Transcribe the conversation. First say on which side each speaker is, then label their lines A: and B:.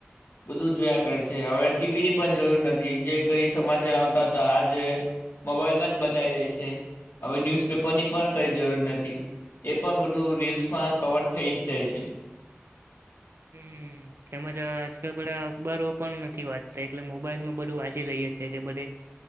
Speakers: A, on the left; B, on the right.
A: બધું જોયા કરે છે. હવે ટીવીની પણ જરૂર નથી જે કઈ સમાચાર આવતા હતા. આજે મોબાઈલમાં જ બતાવી રહી છે હવે ન્યૂઝ પેપર ની પણ કઈ જરૂર નથી એ પણ બધું રીલ્સમાં કવર થઈ જ જાય છે.
B: હમ તેમજ આજકાલ બધા અખબારો પણ નથી વાંચતા એટલે મોબાઈલમાં બધું વાંચી રહીએ છે કે બધે